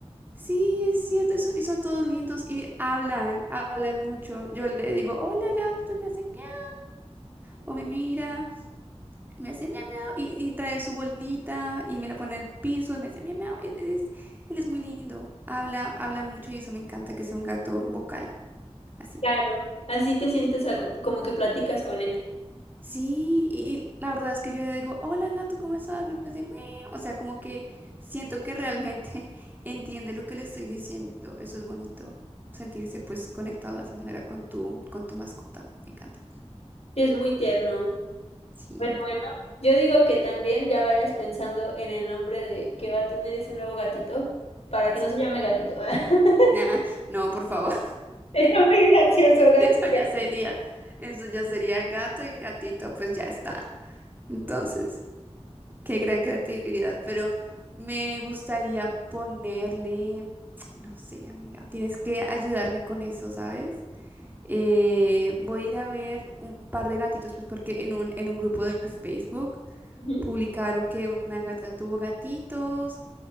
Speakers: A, on the right; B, on the left.
A: Sí, es cierto, y son, y son todos lindos y hablan, hablan mucho. Yo le digo, hola gato, y me hace miau, o me mira. me hace miau miau y, y trae su bolita y me la pone en el piso y me hace miau miau. Él es, él es muy lindo. Habla, habla mucho y eso me encanta que sea un gato vocal, así.
B: Claro. Así te sientes a- como que platicas con él.
A: Sí, y y la verdad es que yo le digo, hola gato, ¿cómo estás? Me hace miau. O sea, como que siento que realmente <laughs> entiende lo que le estoy diciendo. Eso es bonito, sentirse pues conectado de esa manera con tu, con tu mascota. Me encanta.
B: Es muy tierno.
A: Sí.
B: Pues bueno, yo digo que también ya vayas pensando en el nombre de que va a tener ese nuevo gatito para que
A: <laughs>
B: no se llame gatito. <laughs>
A: Nah, no, por favor.
B: Sería muy gracioso,
A: <laughs>
B: gato.
A: Eso ya sería, eso ya sería gato y gatito, pues ya está. Entonces, qué gran creatividad. Pero me gustaría ponerle, no sé, amiga, tienes que ayudarme con eso, ¿sabes? Eh, voy a ir a ver un par de gatitos, pues porque en un, en un grupo de Facebook
B: Ujú.
A: publicaron que una gata tuvo gatitos